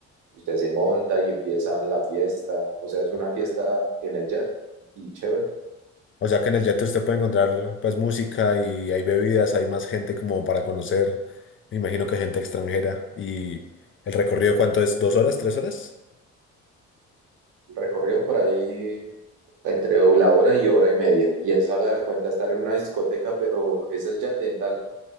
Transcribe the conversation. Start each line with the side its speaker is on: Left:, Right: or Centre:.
Right: usted se monta y empiezan la fiesta, o sea, es una fiesta en el yate y chévere.
Left: O sea que en el yate usted puede encontrar pues música y hay bebidas, hay más gente como para conocer, me imagino que gente extranjera. ¿Y el recorrido cuánto es? ¿Dos horas? ¿Tres horas?
Right: El recorrido por ahí entre la hora y hora y media, y es haga de cuenta estar en una discoteca, pero es el yate en tal,